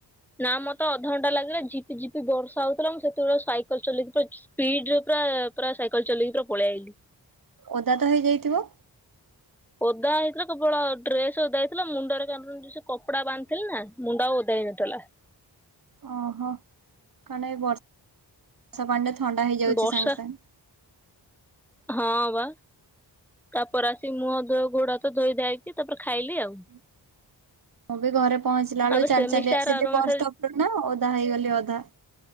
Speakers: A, in the centre; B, on the right (about 50°).
A: ନା ମତେ ଅଧଘଣ୍ଟା ଲାଗିଲା ଜିପି ଜିପି ବର୍ଷା ହଉଥିଲା। ମୁଁ ସେତେବେଳେ ସାଇକେଲ ଚଲେଇକି ସ୍ପିଡ ରେ ପୁରା ପୁରା ସାଇକେଲ ଚଲେଇକି ପୁରା ପଳେଇ ଆଇଲିି
B: ଓଦା ତ ହେଇ ଯାଇଥିବ।
A: ଓଦା ହେଇଥିଲା କେବଳ ଡ୍ରେସ ଓଦା ହେଇଥିଲା। ମୁଣ୍ଡରେ ସେ କପଡା ବାନ୍ଧଥିଲେ ନା ମୁଣ୍ଡ ଆଉ ଓଦା ହେଇନଥିଲା।
B: ଓହୋ କାରଣ ଏ ବର୍ଷା ବର୍ଷା ପାଣିରେ ଥଣ୍ଡା ହେଇଯାଉଛି
A: ବର୍ଷା
B: ସାଙ୍ଗେ ସାଙ୍ଗେ।
A: ହଁ ବା ତାପରେ ଆସିକି ମୁହଁ ଧୋ ଘୋଡ ହାତ ଧୋଇ ଦେଇକି ତାପରେ ଖାଇଲି ଆଉ।
B: ହୁଁ। ମୁଁ ବି ଘରେ ପହଞ୍ଚିଲା
A: ଆବେ
B: ବେଳକୁ ଚାଲି
A: ସେମିଷ୍ଟାର
B: ଚାଲି ଆସିଲି
A: ଆର
B: ବସ୍
A: ମାସରେ
B: ଷ୍ଟପ୍ ରୁ ନା ଓଦା ହେଇଗଲି ଅଧା।